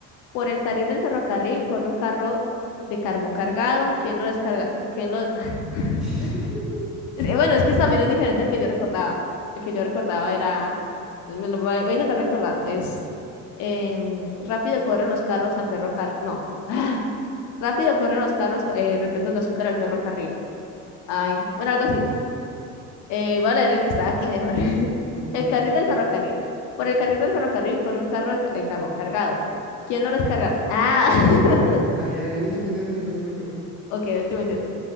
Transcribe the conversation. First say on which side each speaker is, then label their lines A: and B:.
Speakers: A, on the left; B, in the centre.
A: Por el carril del ferrocarril corre un carro de carbón cargado. ¿Quién lo descarga? ¿Quién lo... <laughs>
B: <laughs>
A: Es que, Bueno, es que también es diferente al que yo recordaba. El que yo recordaba era... pues, me lo- Voy a voy a intentar recordarlo. Es... em, rápido corren los carros al ferrocarril. No. <laughs> Ah. Rápido corren los carros eh, repletos de azúcar al ferrocarril. Ay, bueno, algo así. Eh, voy a leer el que está aquí mejor. <laughs>
B: Intenta,
A: El carril
B: intenta.
A: del ferrocarril. Por el carril del ferrocarril corre un carro de, ca- de carbón cargado. ¿Quién lo descarga? Ah, <laughs>
B: Dale, dale, último intento y no sigo yo.
A: ok, último intento.